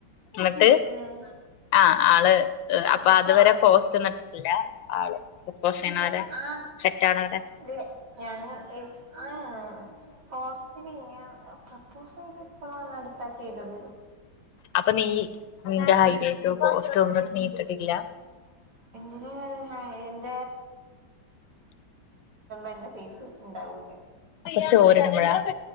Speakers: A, on the left (about 75°); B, on the right (about 55°).
A: എന്നിട്ട്
B: ഉം
A: ആ ആള് അപ്പൊ അതുവരെ പോസ്റ്റൊന്നുട്ടിട്ടില്ല. ആള് പ്രൊപ്പോസ് ചെയ്യണവരെ.
B: ആഹ്
A: സെറ്റ് ആവണവരെ
B: ഇല്ല ഞാൻ എ ആ പോസ്റ്റ് പിന്നെണ്ട് പ <unintelligible> ഇപ്പഴ അടുത്ത ചെയ്തത
A: അപ്പൊ നീ നിന്റെ ഹൈലൈറ്റൊ പോസ്റ്റോ ഒന്നും നീ ഇട്ടിട്ടില്ല
B: <unintelligible> ത്തിയുളള എന്റെ ഫേസ് ഉണ്ടാവൂ
A: സ്റ്റോറിയിടുമ്പഴാ